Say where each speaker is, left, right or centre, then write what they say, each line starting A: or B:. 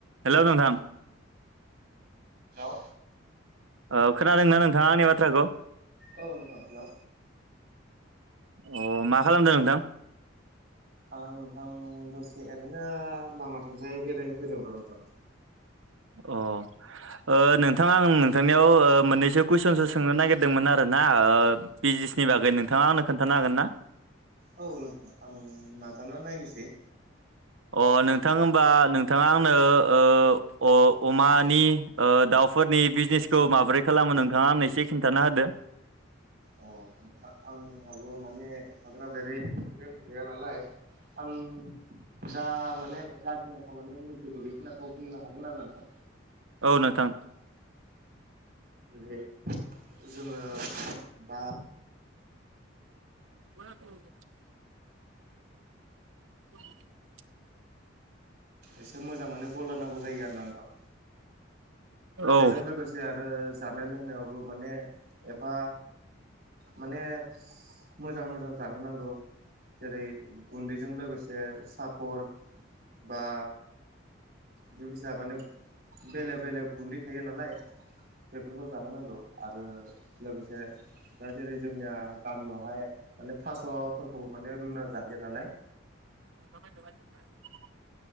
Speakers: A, on the right; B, on the right.
A: Hello नोंथां
B: hello
A: ओ खोनादोंना नोंथांङा आंनि बाथ्राखौ?
B: औ नोंथां हेलौ
A: अ मा खालामदों नोंथां?
B: आ नोंथां दसे ओरैनो लामाथिंजाय बेरायनो फैदों र' नोंथां।
A: अ ओ नोंथां आं नोंथांनियाव ओ मोननैसो कुइसनसो सोंनो नागिरदोंमोन आरोना ओ बिजनेसनि बागै नोंथांङा आंनो खोन्थानो हागोन ना?
B: औ नोंथां आं नाजाना नायनिसै।
A: अ नोंथां होमबा नोंथांङा आंनो ओ अ-अमानि ओ दाउफोरनि बिजनेसखौ माबोरै खालामो नोंथांङा आंनो एसे खिन्थाना होदो।
B: अ आंहाबो माने हाग्राबेरै एक्सपिरियेन्स गैया नालाय आं जा माने जाखिनिखौ माने मिथिगौ बेखिनाखौ बुंनो हागोन आरो ना नोंथां।
A: औ नोंथां
B: <unintelligible> जोङो दा
A: <unintelligible> <inaudible>
B: एसे मोजां माने गलार नांगौ जायो आरोना नोंथां। बेजों
A: औ
B: लोगोसे आरो जानाय लोंनायावबो माने एफा माने मोजां मोजां जाहोनांगौ। जेरै गुन्दैजों लोगोसे साफ फर बा बे फिसा माने बेलेग बेलेग गुन्दै थायो नालाय बेफोरखौ जाहोनांगौ आरो लोगोसे दा जेरै जोंनिया गामियावहाय माने थास'फोरखौबो माने रुना जाहोयो नालाय
A: <unintelligible>